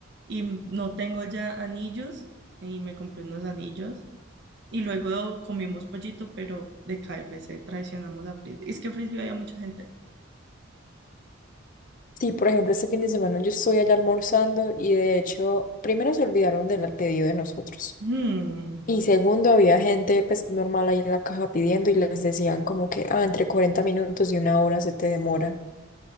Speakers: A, on the right (about 60°); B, on the left (about 40°).
A: no tengo ya anillos y me compré unos anillos y luego comimos pollito, pero de K F C traicionamos a Frisbee. Es que en Frisbee había mucha gente.
B: Sí, por ejemplo, este fin de semana yo estoy allá almorzando y de hecho, primero se olvidaron del pedido de nosotros.
A: Hmm,
B: Y segundo, había gente pues normal ahí en la caja pidiendo y les decían como que, ah, entre 40 minutos y una hora se te demora.